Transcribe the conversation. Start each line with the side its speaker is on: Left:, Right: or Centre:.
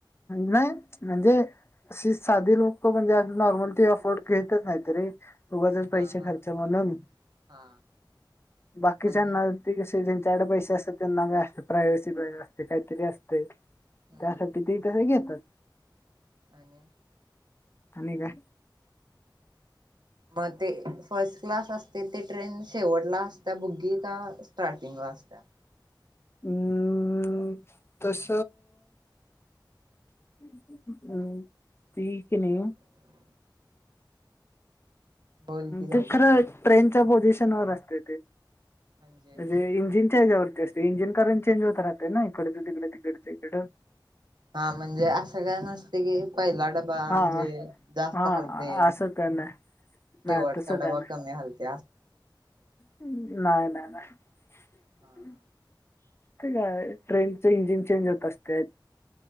Left: नाही म्हणजे अशी साधी लोक म्हणजे नॉर्मलटी ऑफ फोड केतातयत ररी उगचच
Right: हा
Left: पैसे
Right: हा
Left: खर्च म्हणून
Right: हा
Left: बाकीच्याना
Right: आणि
Left: ते कसे पैसे असतात त्यांना प्रायवेसी असते काहीतरी असते
Right: हम्म
Left: त्यासाठी ते तसे घेतात
Right: आणि
Left: आणि का
Right: मग ते फर्स्ट क्लास असते ते ट्रेन शेवटला असत बुगी का स्टार्टिंग वास्ता
Left: अम् तस अम् ठीक नाही
Right: बोल की लवकर
Left: त ट्रेन पिशन व अस ते
Right: म्हणजे
Left: म्ह इंजिच्यावर इंजिन करून चेंज होत राहत ना इकडच तिकडे तिकडच इकडं
Right: हा म्हणजे असं काय नसते कि पहिला डबा
Left: हा
Right: म्हणजे जास्त
Left: हा
Right: हलते
Left: असं का ना नाही
Right: शेवटचा
Left: तसं
Right: डवा
Left: काय
Right: कमी हलत
Left: नाही नाही नाही
Right: हा हा
Left: ते काय ट्रेनच इंजिन चेंज होत असते